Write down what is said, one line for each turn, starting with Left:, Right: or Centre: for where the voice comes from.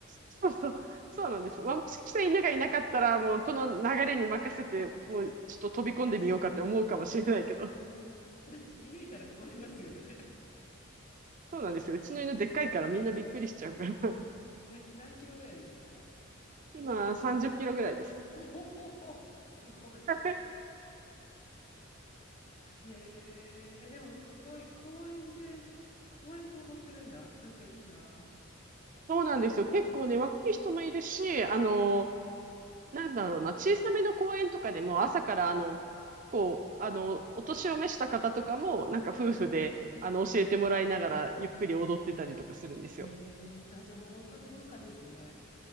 Right: そうそう、そうなんです。まあ、もしかしたら犬がいなかったら、もうこの流れに任せて、もうちょっと飛び込んでみようかって思うかもしれないけど、
Left: 確かに。うんうん、だって射抜いたら困りますよね。
Right: そうなんですよ。うちの犬でっかいからみんなびっくりしちゃうから。<laughs>
Left: <laughs> な何キロぐらいですか
Right: 今、30キロぐらいです。
Left: おお、すごい。
Right: <laughs>
Left: へえ、えでもすごい公園で、公園で踊ってるんだ。なんかいいな。
Right: そうなんですよ。結構ね、若い人もいるし、あの、
Left: うん
Right: なんだろうな、小さめの公園とかでも朝から、あの、こう、あの、お年を召した方とかも、なんか夫婦で、
Left: はい。
Right: あの、教えてもらいながら、ゆっくり踊ってたりとかするんですよ。
Left: ええ、あ、じゃあもう本当に文化ですね。